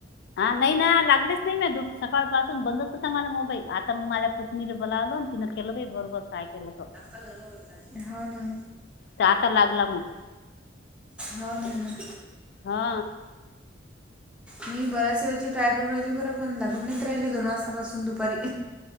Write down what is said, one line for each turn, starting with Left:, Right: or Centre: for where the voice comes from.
Left: हा नाही ना लागलेच नाही म दू सकाळ पासून बंदचत मला मोबाईल आता माझ पुत तिनेबला आलो तन केलवेे बरोबर काय केलतो
Centre: हा ना
Left: तर आता लागला मग
Centre: हो ना ना
Left: हा
Centre: मी बऱ्याच वेळेची ट्राय करू राहिली बरं पण लागून नाहीेत राहिले दोन वाजतापासून दुपारी